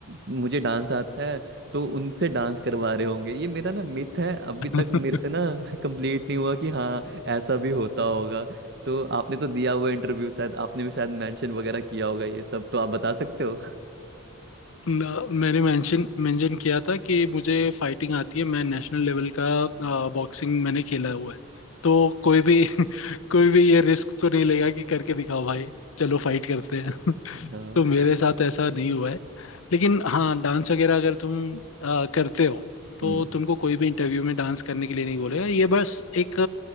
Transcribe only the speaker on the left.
<laughs>
न- मैंने मेंशन मेंशन किया था कि मुझे फाइटिंग आती है मैं नेशनल लेवल का
बॉक्सिंग मैंने खेला हुआ है तो कोई भी <laughs> कोई भी ये रिस्क तो नहीं लेगा कि करके दिखाओ भाई चलो फाइट करते हैं
तो मेरे साथ ऐसा नहीं हुआ है लेकिन हाँ डांस वगैरह अगर तुम अ, करते हो तो
तुमको कोई भी इंटरव्यू में डांस करने के लिए नहीं बोलेगा ये बस एक